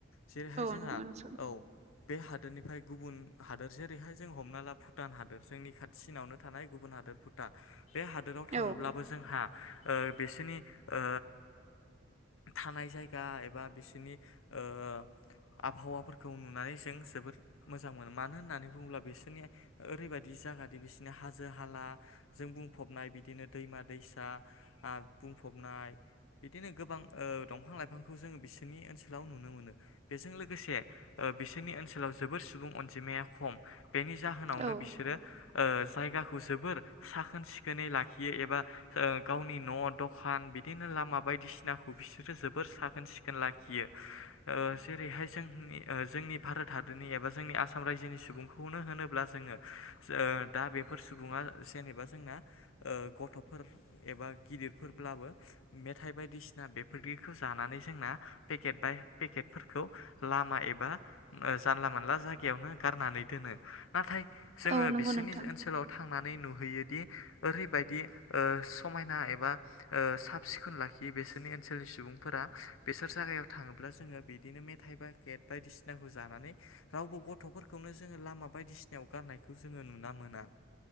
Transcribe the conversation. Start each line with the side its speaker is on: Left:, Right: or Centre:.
Left: जेरैहाय
Right: औ
Left: जोंहा
Right: नंगौ नोंथां
Left: औ बे हा दोरनिफ्राय गुबुन हादोर जेरैहाय जों हमना ला भुटान हादोर जोंनि खाथिसिनावनो थानाय गुबुन हादोर भुटान। बे हादोराव थाङोब्लाबो
Right: औ
Left: जोंहा ओ बिसोरनि ओ थानाय जायगा एबा बिसिनि ओ आबहावाफोरखौ नुनानै जों जोबोद मोजां मोनो मानो होननानै बुङोब्ला बिसोरनिया ओरैबायदि जागादि बिसोरनि हाजो हाला जों बुंफबनाय बिदिनो दैमा दैसा ओ बुंफबनाय बिदिनो गोबां ओ दंफां लाइफांखौ जोङो बिसोरनि ओनसोलाव नुनो मोनो बेजों लोगोसे ओ ओ बिसिनि ओनसो लाव जोबोर सुबुं अनजिमाया खम बेनि जाहोनावनो
Right: औ
Left: बिसोरो जायगाखौ जो बोर साखोन सिखोनै लाखियो एबा ओ गावनि न' दखान बिदिनो लामा बायदिसि नाखौ बिसोरो जोबोर साखोन सिखोन लाखियो। ओ जेरैहाय जोंनि जोंनि भारत हादोरनि एबा जोंनि आसाम रायजोनि सुबुंखौनो होनोब्ला जोङो ओ दा बेफोर सुबुङा जेनेबा जोंना ओ गथ'फोर एबा गिदिरफोरब्लाबो मेथाइ बायदिसिना बेफोरखौ जानानै जोंना पेकेट बाय पेकेटफोरखौ लामा एबा जानला मोनला जायगायावनो गारनानै दोनो नाथाय जोङो
Right: औ नंगौ
Left: बिसोरनि
Right: नोंथां
Left: ओनसोलाव थां नानै नुहैयोदि ओरैबायदि ओ समायना एबा ओ साब सिखोन लाखियो बेसोरनि ओनसोलनि सुबुंफोरा बेसोर जायगायाव थाङोब्ला जोङो बिदिनो मेथाइ बा गेट बायदिसिना खौ जानानै रावबो गथ'फोरखौनो जोङो लामा बायदिसिनायाव गारनायखौ जोङो नुना मोना